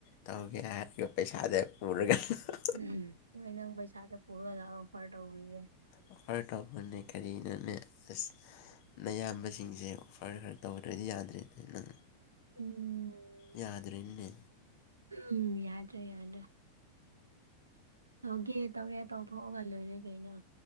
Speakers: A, on the left; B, on the right.
A: ꯇꯧꯒꯦ ꯍꯥꯏꯔꯒ ꯄꯩꯁꯥꯗ ꯄꯨꯔꯒ <unintelligible>
B: ꯎꯝ ꯍꯣꯏ ꯅꯪ ꯄꯩꯁꯥꯗꯣ ꯄꯨꯔꯒ ꯂꯥꯛꯑꯣ ꯑꯣꯐꯔ ꯇꯧꯕꯤꯒꯦ
A: ꯑꯣꯐꯔ ꯇꯧꯕꯅꯦ ꯀꯔꯤꯅꯣꯅꯦ ꯑꯁ ꯅꯌꯥꯝꯕꯁꯤꯡꯖꯦ ꯑꯣꯐꯔ ꯈ꯭ꯔ ꯇꯧꯗ꯭ꯔꯗꯤ ꯌꯥꯗ꯭ꯔꯦ ꯅꯪ
B: ꯎꯝ
A: ꯌꯥꯗ꯭ꯔꯦꯅꯦ
B: ꯎꯝ ꯌꯥꯗ꯭ꯔꯦ ꯌꯥꯗ꯭ꯔꯦ ꯇꯧꯒꯦ ꯇꯧꯔꯦ ꯇꯧꯊꯣꯛꯑꯒ ꯂꯣꯏꯔꯦ ꯀꯩꯅꯣ